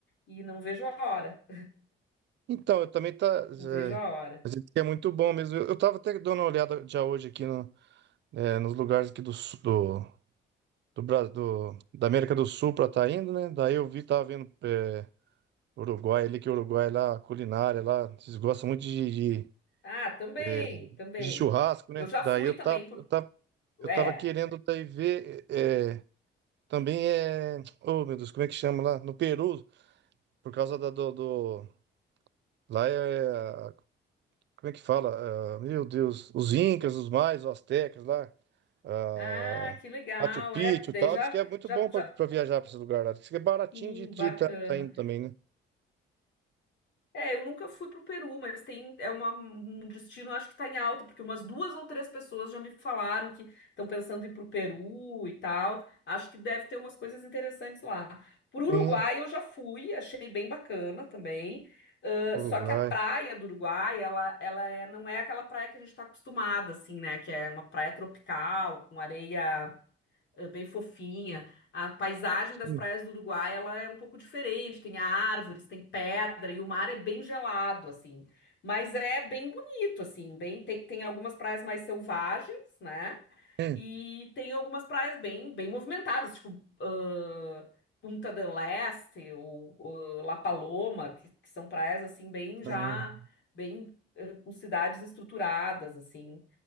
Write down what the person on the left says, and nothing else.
e não vejo a hora.
Eu não vejo a hora.
Ah, também,
também.
Eu já
fui
também
por.
É.
Ah, que legal.
É, porque daí
já,
já,
já.
Sim,
bacana.
É, eu nunca fui pro Peru, mas tem é uma- um destino, acho que tá em alta, porque umas duas ou três pessoas já me falaram que estão pensando em ir pro Peru e tal. Acho que deve ter umas coisas interessantes lá. Pro Uruguai
eu já fui, achei bem bacana também. Ãh,
só que a praia do Uruguai, ela, ela é, não é aquela praia que a gente está acostumada, assim, né? Que é uma praia tropical, com areia é bem fofinha. A paisagem
das praias do Uruguai, ela é um pouco diferente, tem árvores, tem pedra e o mar é bem gelado assim. Mas é bem bonito assim, bem tem, tem algumas praias mais selvagens, né?
E tem algumas praias bem bem movimentadas, tipo ãh, Punta del Este ou ãh, La Paloma, que, que são praias assim bem já
bem ãh, com cidades estruturadas assim.